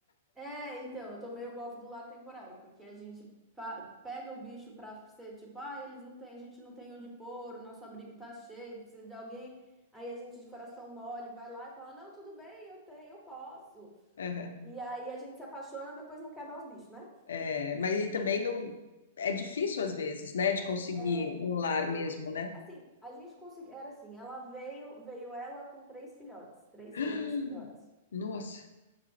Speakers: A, in the centre; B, on the left.
A: É, então, eu tomei o golpe do lar temporário, porque a gente fa- pega o bicho pra ser tipo, ah, eles não têm, a gente não tem onde pôr, o nosso abrigo tá cheio, precisa de alguém. Aí a gente de coração mole vai lá e fala: "Não, tudo bem, eu tenho, eu posso".
B: Aham.
A: E aí a gente se apaixona, depois não quer dar os bichos, né?
B: É, mas e também não é difícil às vezes, né, de conseguir
A: É,
B: um lar
A: não,
B: mesmo,
A: não,
B: né?
A: assim, a gente conseguiu, era assim, ela veio, veio ela com três filhotes, três
B: <gasps>
A: fêmeas filhotes.
B: Nossa.